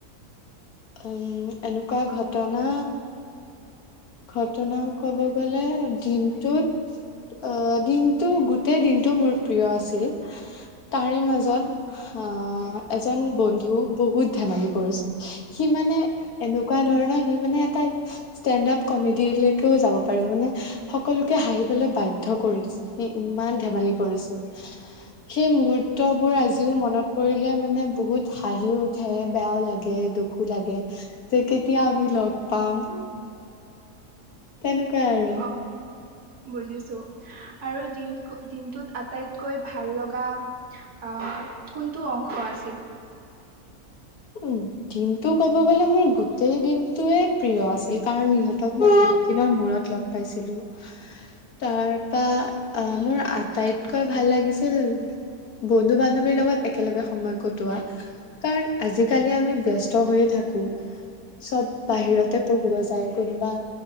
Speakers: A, on the left; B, on the right.
A: উম, এনেকুৱা ঘটনা ঘটনা ক'ব গলে দিনটোত আহ দিনটো গোটেই দিনটো মোৰ প্ৰিয় আছিল তাৰে মাজত আহ এজন বন্ধু বহুত ধেমালি কৰিছিল সি মানে এনেকুৱা ধৰণৰ সি মানে এটা ষ্টেণ্ড আপ কমেডিলৈকেও যাব পাৰিব মানে সকলোকে হাঁহিবলৈ বাধ্য কৰি দিছিল সি ইমান ধেমালি কৰিছিল সেই মুহুৰ্তবোৰ আজিও মনত পৰিলে মানে বহুত হাঁহিও উঠে বেয়াও লাগে দুখ লাগে তে কেতিয়া আমি লগ পাম তেনেকুৱা আৰু
B: অ, বুজিছো আৰু দিন দিনটোত আটাইতকৈ ভাল লগা আহ, কোনটো অংশ আছিল?
A: উম, দিনটো ক'ব গ'লে মোৰ গোটেই দিনটোৱে প্ৰিয় আছিল কাৰণ ইহত মই বহুত দিনৰ মূৰত লগ পাইছিলো তাৰপা অ, মোৰ আটাইতকৈ ভাল লাগিছিল বন্ধু বান্ধৱীৰ লগত একেলগে সময় কটোৱা কাৰণ আজিকালি আমি ব্যস্ত হৈয়ে থাকো চব
B: উম
A: বাহিৰতে পঢ়িব যায় কোনোবা